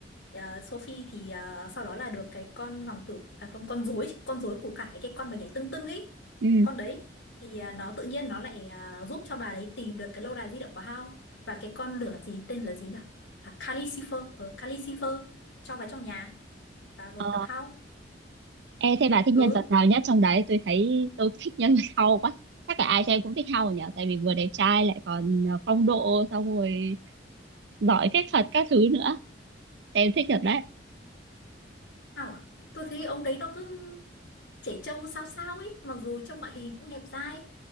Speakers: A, on the left; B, on the right.
A: Ờ, Sophie thì ờ, sau đó là được cái con hoàng tử à không con rối con rối của cải cái con mà nhảy tưng tưng ấy
B: ừ.
A: con đấy thì ờ, nó tự nhiên nó lại ờ, giúp cho bà đấy tìm được cái lâu đài di động của Hao và cái con lửa gì tên là gì nhỉ à, Calcifer ờ, Calcifer cho vào trong nhà và rồi
B: Ờ,
A: gặp Hao
B: ê, thế bà thích nhân
A: ừ
B: vật nào nhất trong đấy? Tôi thấy tôi thích nhân vật hao quá. Chắc là ai xem cũng thích hao nhỉ? Tại vì vừa đẹp trai lại còn ờ, phong độ xong rồi giỏi phép thuật các thứ nữa. Xem thích thật đấy.
A: À, tôi thấy ông đấy nó cứ trẻ trâu sao sao ấy, mặc dù trông ngoại hình cũng đẹp dai,